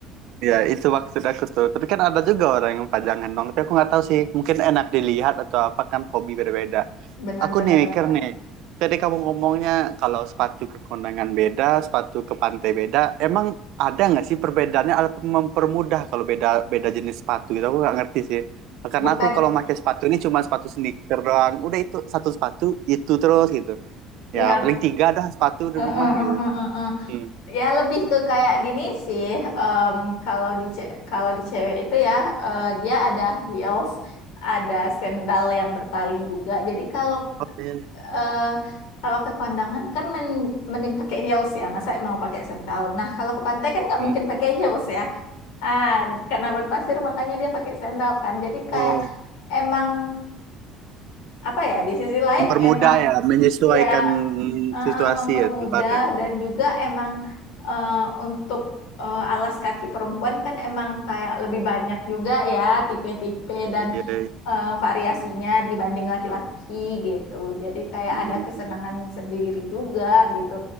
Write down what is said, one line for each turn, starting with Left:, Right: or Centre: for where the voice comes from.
Right: Iya, itu maksud aku tuh. Tapi kan ada juga orang yang pajangan dong. Tapi aku nggak tahu sih. Mungkin enak dilihat atau apa kan hobi berbeda.
Left: benar
Right: Aku
Left: benar
Right: nih mikir
Left: benar
Right: nih. Jadi kamu ngomongnya kalau sepatu ke kondangan beda, sepatu ke pantai beda. Emang ada nggak sih perbedaannya? Atau mempermudah kalau beda beda jenis sepatu gitu? Aku nggak ngerti sih. Karena
Left: bukan
Right: aku kalau pakai sepatu ini cuma sepatu sneaker doang. Udah itu satu sepatu itu terus gitu. Ya
Left: ya
Right: paling tiga dah sepatu
Left: mm,
Right: di rumah
Left: mm,
Right: gitu.
Left: mm, mm, mm.
Right: Hmm.
Left: Ya lebih ke kayak gini sih. em, kalau di ce- kalau di cewek itu ya eh, dia ada heels, ada sandal yang bertali juga. Jadi kalau
Right: Oke.
Left: eh, kalau ke kondangan kan men- mending pakai heels ya. Masa mau pakai sandal. Nah kalau ke pantai kan nggak
Right: Hmm.
Left: mungkin pakai heels ya. Ah karena berpasir makanya dia pakai sandal kan. Jadi kayak
Right: Oh,
Left: emang apa ya di sisi lain
Right: mempermudah
Left: emang
Right: ya, menyesuaikan
Left: ya eh,
Right: situasi
Left: mempermudah
Right: ya tempatnya.
Left: dan juga emang eh, untuk eh, alas kaki perempuan kan emang kayak lebih banyak juga ya tipe-tipe dan
Right: Iya.
Left: eh, variasinya dibanding laki-laki gitu. Jadi kayak
Right: Hmm.
Left: ada kesenangan sendiri juga gitu.